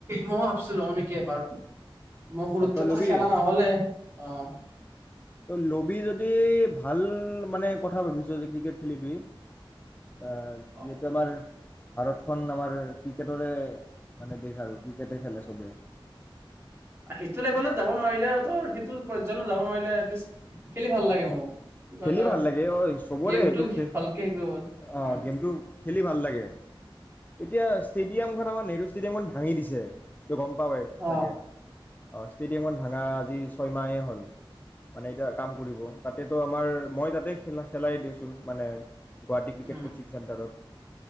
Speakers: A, on the right; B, on the left.
A: মইয়ো ভাবছিলো লও নিকি এইবাৰ। মই সৰুতেটো
B: অ তই ল'বি
A: খেলা নহলে, অ'।
B: তই লবি যদি ভাল মানে কথা ভাবিছ যে ক্ৰিকেট খেলিবি। এ,
A: অ
B: যিহেতু আমাৰ ভাৰতখন আমাৰ ক্ৰিকেটৰে মানে বিশেষ আৰু ক্ৰিকেটে খেলে চবে।
A: সেইটো লেভেলত যাব নোৱাৰিলেও তোৰ সেইটো <unintelligible> যাব নোৱাৰিলে এতলিষ্ট খেলি ভাল লাগে মোৰ। কিবা
B: খেলি
A: এটা
B: ভাল লাগে অ', চবৰে
A: গেমটো
B: এইটো খ,
A: ভালকে শিকিব পাৰো
B: অ',
A: উম
B: গেমটো খেলি ভাল লাগে। এতিয়া ষ্টেডিয়ামখন আমাৰ নেহৰু ষ্টেডিয়ামখন ভাঙি দিছে। ত গম পওঁৱে
A: অ
B: চাগে। অ', ষ্টেডিয়মৰ ভাঙা আজি ছয়মাহেই হ'ল, মানে এতিয়া কাম কৰিব তাতেতো আমাৰ মই তাতে খেলা খেলাই দিচোন মানে গুৱাহাটী ক্ৰিকেট
A: উম
B: কোচিং চেণ্টাৰত।